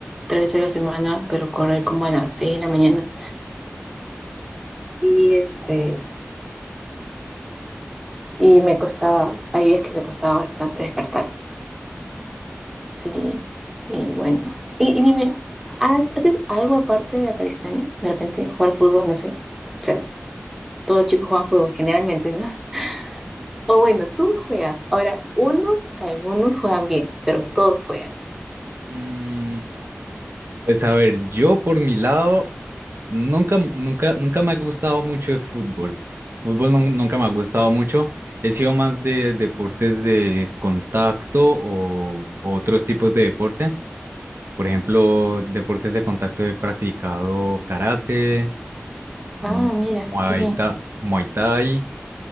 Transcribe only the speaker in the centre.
tres veces a la semana, pero correr como a las seis de la mañana. Y este, Y me costaba, ahí es que me costaba bastante despertarme. Sí, y bueno. Y, y dime, ¿ha- ¿haces algo aparte de la calistenia? De repente jugar fútbol, no sé. O sea, todos los chicos juegan fútbol, generalmente, ¿no? <laughs> O bueno, todos juegan. Ahora, unos, algunos juegan bien, pero todos juegan.
Ah, mira,
qué bien.